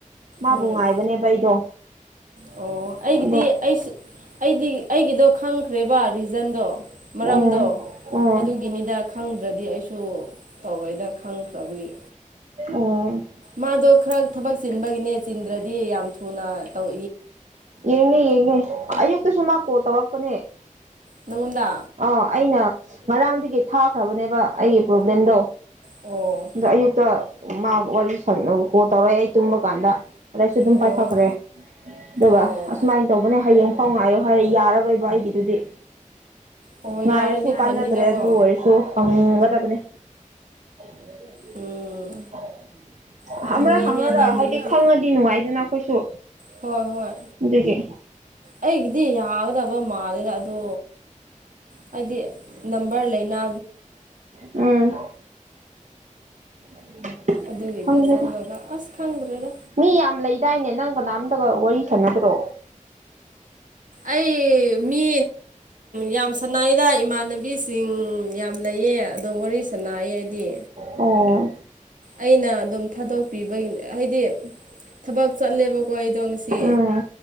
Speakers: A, on the right; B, on the right.
A: ꯃꯥꯕꯨ
B: ꯎꯝ
A: ꯉꯥꯏꯕꯅꯦꯕ ꯑꯩꯗꯣ
B: ꯑꯣ ꯑꯩꯒꯤꯗꯤ
A: ꯑꯗꯣ
B: ꯑꯩꯁꯨ ꯑꯩꯗꯤ ꯑꯩꯒꯤꯗꯣ ꯈꯪꯈ꯭ꯔꯦꯕ ꯔꯤꯖꯟꯗꯣ ꯃꯔꯝꯗꯣ
A: ꯎꯝ ꯎꯝ
B: ꯑꯗꯨꯒꯤꯅꯤꯗ ꯈꯪꯗ꯭ꯔꯗꯤ ꯑꯩꯁꯨ ꯇꯧꯔꯣꯏꯗ ꯈꯪꯈ꯭ꯔꯕꯒꯤ
A: ꯎꯝ
B: ꯃꯥꯗꯣ ꯈꯔ ꯊꯕꯛ ꯆꯤꯟꯕꯒꯤꯅꯦ ꯆꯤꯟꯗ꯭ꯔꯗꯤ ꯌꯥꯝ ꯊꯨꯅ ꯇꯧ
A: ꯌꯦꯡꯉꯦ ꯌꯦꯡꯉꯦ ꯑꯌꯨꯛꯇꯁꯨ ꯃꯥꯥꯛꯀꯣ ꯇꯧꯔꯛꯄꯅꯤ
B: ꯃꯣꯡꯗꯥ
A: ꯑꯥ ꯑꯩꯅ ꯉꯔꯥꯡꯗꯒꯤ ꯊꯥꯈ꯭ꯔꯕꯅꯦꯕ ꯑꯩꯒꯤ ꯄ꯭ꯔꯣꯕ꯭ꯂꯦꯝꯗꯣ
B: ꯑꯣ
A: ꯑꯗ ꯑꯌꯨꯛꯇ ꯃꯥ ꯋꯥꯔꯤ ꯁ ꯀꯣꯜ ꯇꯧꯔꯛꯑꯦ ꯑꯩ ꯇꯨꯝꯕ ꯀꯥꯟꯗ ꯑꯗꯩꯁꯨ ꯑꯗꯨꯝ
B: ꯑꯣ
A: ꯄꯥꯏꯈꯈ꯭ꯔꯦ ꯑꯗꯨꯒ
B: ꯑꯣ
A: ꯑꯁꯨꯃꯥꯏꯅ ꯇꯧꯕꯅꯦ ꯍꯌꯦꯡ ꯐꯥꯎ ꯉꯥꯏꯌꯣ ꯍꯥꯏꯔ ꯌꯥ ꯑꯣꯏꯣꯏꯕ ꯑꯩꯒꯤꯗꯨꯗꯤ
B: ꯑꯣ
A: ꯉꯥꯏꯔꯁꯨ
B: ꯌꯥꯔꯗꯤ
A: ꯀꯥꯟꯅꯗ꯭ꯔꯦ
B: ꯐꯅꯤꯗꯀꯣ
A: ꯑꯗꯨ ꯑꯣꯏꯔꯁꯨ ꯐꯪꯒꯗꯕꯅꯤ <unintelligible>
B: ꯎꯝ ꯄꯥꯝꯃꯨꯌꯦꯍꯦ
A: ꯑꯃꯔ ꯍꯪꯉꯒ
B: ꯅꯪꯒꯤꯗꯨꯗꯤ
A: ꯍꯥꯏꯗꯤ ꯈꯪꯉꯗꯤ ꯅꯨꯡꯉꯥꯏꯗꯅ ꯑꯩꯈꯣꯏꯁꯨ
B: ꯍꯣꯏ ꯍꯣꯏ
A: ꯑꯗꯨꯗꯒꯤ
B: ꯑꯩꯒꯤꯗꯤ ꯌꯥꯒꯗꯕ ꯃꯥꯂꯦꯗ ꯑꯗꯨ ꯍꯥꯏꯗꯤ ꯅꯝꯕꯔ ꯂꯩꯅꯥ
A: ꯎꯝ <unintelligible>
B: ꯑꯗꯨ ꯏꯗ
A: ꯈꯪꯗꯦꯗ
B: ꯁꯉꯒ ꯑꯁ ꯈꯪꯗ꯭ꯔꯦꯗ
A: ꯃꯤ ꯌꯥꯝ ꯂꯩꯗꯥꯏꯅꯦ ꯅꯪ ꯀꯅꯥꯝꯇꯒ ꯋꯥꯔꯤ ꯁꯥꯟꯅꯗ꯭ꯔꯣ
B: ꯑꯩ ꯃꯤ ꯌꯥꯝ ꯁꯅꯥꯏꯗ ꯏꯃꯥꯟꯅꯕꯤꯁꯤꯡ ꯌꯥꯝ ꯂꯩꯌꯦ ꯑꯗꯣ ꯋꯥꯔꯤ ꯅꯏ ꯍꯥꯏꯗꯤ
A: ꯑꯣ
B: ꯑꯩꯅ ꯑꯗꯨꯝ ꯊꯥꯗꯣꯛꯄꯤꯕꯒꯤ ꯍꯥꯏꯗꯤ ꯊꯕꯛ ꯆꯠꯂꯦꯕ ꯀꯣꯏꯗꯣꯡꯁꯤ
A: ꯎꯝ